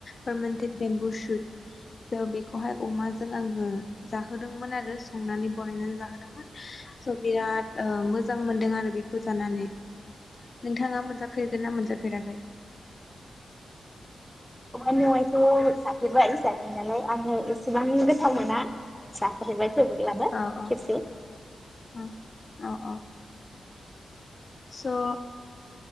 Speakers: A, on the left; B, in the centre.
A: पारमानटेट बेम्बु सुट ओ बेखौहाय अमाजों आङो जाहोदोंमोन आरो संनानै बानायनानै जाहोदोंमोन स' बिराद ओ मोजां मोनदों आरो बेखौ जानानै नोंथाङा मोनजाफेरगोन ना मोनजाफेराखै?
B: औवा मेवाइखौ जाफेरबाय जानायालाय आङो एसेबां गोथाव मोना जाफेरबाय थेवब्लाबो
A: औ औ
B: खेबसे।
A: औ औ औ। स' ओ